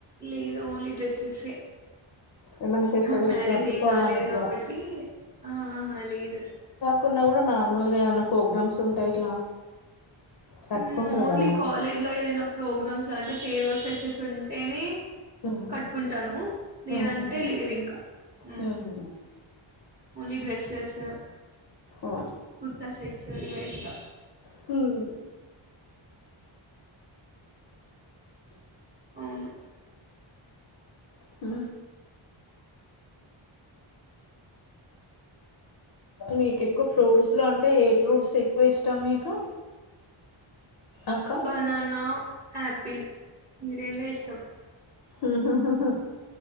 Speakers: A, on the right; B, on the left.
A: లేదు ఓన్లీ డ్రెస్సెస్సే
B: ఏమైనా ఫెస్టివల్‌కి
A: నాకు మ్యారేజ్
B: కట్టుకోవడానికి
A: ఏం కాలేదు
B: గూడా
A: కాబట్టి ఆహహా లేదు.
B: కున్నా కూడా నార్మల్గా ఏమన్నా ప్రోగ్రామ్స్ ఉంటాయి ఇట్లా కట్టుకుంటారు
A: ఉమ్ ఓన్లీ
B: గదా!
A: కాలేజ్ లో ఏదైనా ప్రోగ్రామ్స్ అంటే ఫేయిర్వల్ ఫ్రెషెర్స్ ఉంటేనే
B: హ్మ్.
A: కట్టుకుంటాను లేదంటే
B: హుహుహు.
A: లేదు ఇంకా మ్మ్
B: హుహు.
A: ఓన్లీ డ్రెస్సెస్
B: ఆ!
A: కుర్తా సెట్స్ వేస్తా
B: హ్మ్
A: అవును
B: హు మీకు ఎక్కువ ఫ్రూట్స్ లో అంటే ఏ ఫ్రూట్స్ ఎక్కువ ఇష్టం మీకు అక్క.
A: బనానా ఆపిల్ ఇవి రెండే ఇష్టం
B: మ్ హు హు హు